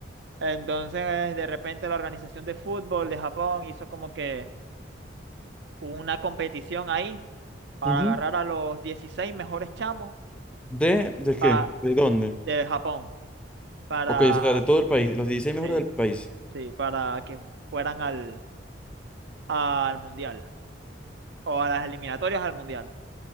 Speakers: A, on the right (about 65°); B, in the centre.
A: Entonces, de repente la organización de fútbol de Japón hizo como que una competición ahí para
B: Ujú.
A: agarrar a los 16 mejores chamos
B: ¿De, de qué?
A: pa-
B: ¿De dónde?
A: de Japón para,
B: Ok, o sea, de todo el país, los dieciséis mejores
A: sí,
B: del país.
A: sí, para que fueran al, al mundial o a las eliminatorias al mundial.